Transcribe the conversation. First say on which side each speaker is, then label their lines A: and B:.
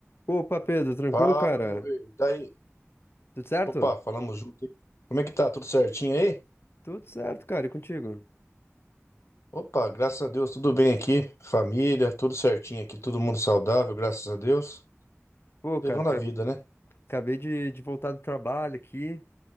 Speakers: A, on the left; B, on the left.
A: Opa, Pedro, tranquilo,
B: Fala,
A: cara?
B: meu rei. E Daí?
A: Tudo certo?
B: Opa, falamos junto. hein? Como é que tá? Tudo certinho aí?
A: Tudo certo, cara, e contigo?
B: Opa, graças a Deus, tudo bem aqui. Família, tudo certinho aqui, todo mundo saudável, graças a Deus.
A: Pô,
B: Levando
A: cara, ca-
B: a vida, né?
A: acabei de, de voltar do trabalho aqui.